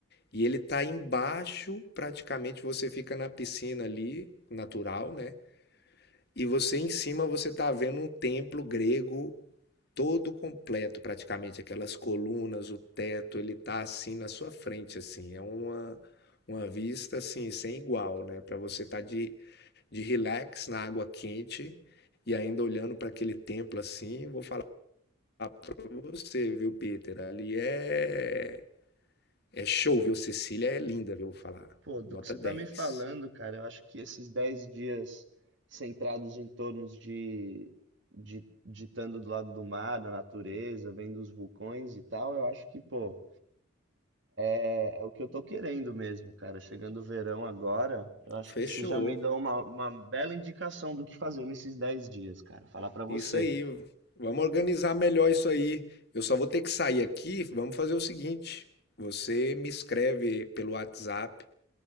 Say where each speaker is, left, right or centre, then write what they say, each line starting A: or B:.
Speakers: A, on the left (about 50°); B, on the right (about 60°).
A: E ele tá embaixo, praticamente você fica na piscina ali, natural, né? E você em cima você tá vendo um templo grego todo completo, praticamente aquelas colunas, o teto, ele tá assim na sua frente assim, é uma uma vista assim sem igual, né? Para você tá de de relax na água quente e ainda olhando para aquele templo assim, vou falar para você, viu, Peter? Ali é é show, viu? Cecília é linda, viu? Vou falar.
B: Pô, do
A: Nota
B: que você
A: dez
B: tá me falando, cara, eu acho que esses 10 dias centrados em torno de, de, de estando do lado do mar, da natureza, vendo os vulcões e tal, eu acho que, pô, é, é o que eu tô querendo mesmo, cara. Chegando o verão agora, eu acho
A: Fechou.
B: que você já me deu uma, uma bela indicação do que fazer nesses 10 dias, cara. Falar pra você.
A: Isso aí. Vamos organizar melhor isso aí. Eu só vou ter que sair aqui. Vamos fazer o seguinte. Você me escreve pelo WhatsApp